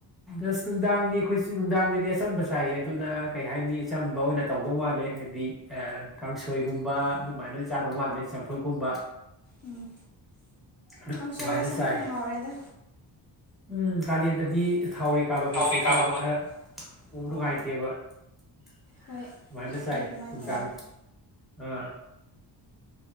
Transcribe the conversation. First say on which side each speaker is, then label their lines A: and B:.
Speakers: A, in the centre; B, on the left (about 35°).
A: ꯑꯁ ꯅꯨꯡꯗꯥꯡꯗꯤ ꯑꯩꯈꯣꯏꯁꯨ ꯅꯨꯡꯗꯥꯡꯗꯗꯤ ꯑꯆꯝꯕ ꯆꯥꯏꯌꯦ ꯑꯗꯨꯅ ꯀꯩ ꯍꯥꯏꯅꯤ ꯑꯆꯝꯕ ꯑꯣꯏꯅ ꯇꯧꯗꯧ ꯃꯥꯜꯂꯦ ꯍꯥꯏꯕꯗꯤ ꯑꯥ ꯀꯥꯡꯁꯣꯏꯒꯨꯝꯕ ꯑꯗꯨꯃꯥꯏꯅ ꯆꯥꯗꯧ ꯃꯥꯜꯂꯦ ꯆꯝꯐꯨꯠ ꯀꯨꯝꯕ
B: ꯎꯝ
A: ꯑꯗꯨꯃꯥꯏꯅ
B: ꯀꯥꯡꯁꯣꯏꯒ ꯆꯝꯐꯨꯠ
A: ꯆꯥꯏ
B: ꯀꯥꯅ ꯍꯥꯎꯔꯦꯗ
A: ꯎꯝ ꯀꯥꯂꯦꯟꯗꯗꯤ ꯊꯥꯎꯔꯦꯛ ꯀꯥꯕ
B: ꯊꯥꯎ
A: ꯄꯣꯠꯁꯦ
B: ꯀꯥꯕ
A: ꯆꯥꯕ
B: ꯄꯣꯠ
A: ꯈꯔ ꯎꯝ
B: ꯑꯥ
A: ꯅꯨꯡꯉꯥꯏꯇꯦꯕ ꯑꯗꯨꯃꯥꯏꯅ
B: ꯍꯣꯏ ꯐꯩꯔꯦ
A: ꯆꯥꯏ
B: ꯑꯗꯨꯃꯥꯏꯅ
A: ꯅꯨꯡꯗꯥꯡ
B: ꯇꯧꯕꯗꯣ
A: ꯑꯥ